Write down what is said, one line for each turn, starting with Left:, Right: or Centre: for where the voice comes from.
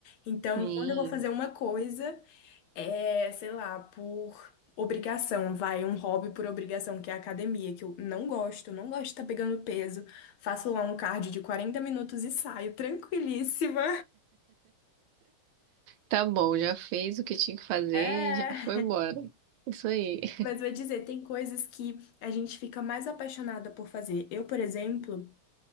Left: Então,
Right: sim.
Left: quando eu vou fazer uma coisa. É, sei lá, por obrigação, vai, um hobby por obrigação, que é a academia, que eu não gosto, não gosto de estar pegando peso. Faço lá um cardio de 40 minutos e saio tranquilíssima.
Right: Tá bom, já fez o que tinha que fazer,
Left: É.
Right: e já foi embora. Isso aí. <laughs>
Left: Mas vou dizer, tem coisas que a gente fica mais apaixonada por fazer. Eu, por exemplo,